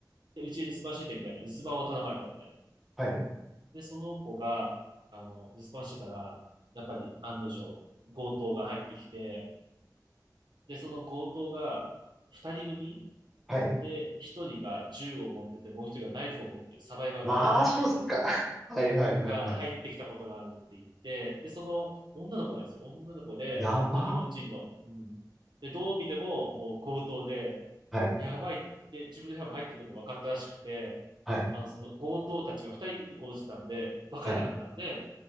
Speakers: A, on the right (about 80°); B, in the centre.
A: で、うちに留守番しててみたいな、留守番を頼まれたみたいな。
B: はい、
A: で、その子が、あの、留守番してたら、やっぱり案の定、強盗が入ってきて、で、その強盗が、二人組
B: はい。
A: で、一人が銃を持ってて、もう一人がナイフを持ってる、サバイバルナイフを持ってるみたいな、
B: マジっすか。<laughs> はい、はい、はい、
A: が入ってきたことがあるって言って、
B: はい。
A: で、その女の子なんですよ。女の子で、
B: やば。
A: もう本当日本人の、うん。で、どう見ても、もう強盗で、
B: はい、
A: やばいって、自分の部屋も入ってくるの分かったらしくて、
B: はい、
A: あの、その強盗たちが二人で行動してたんで、わかれなかったんで、
B: はい。